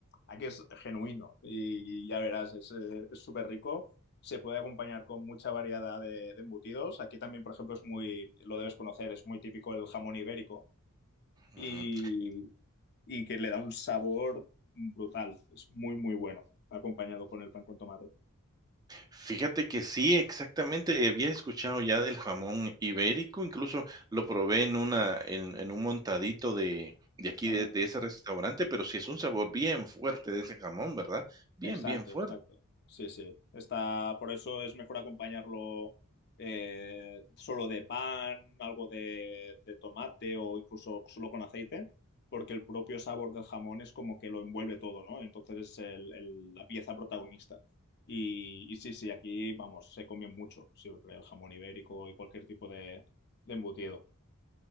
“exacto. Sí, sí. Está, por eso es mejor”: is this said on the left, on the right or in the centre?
Left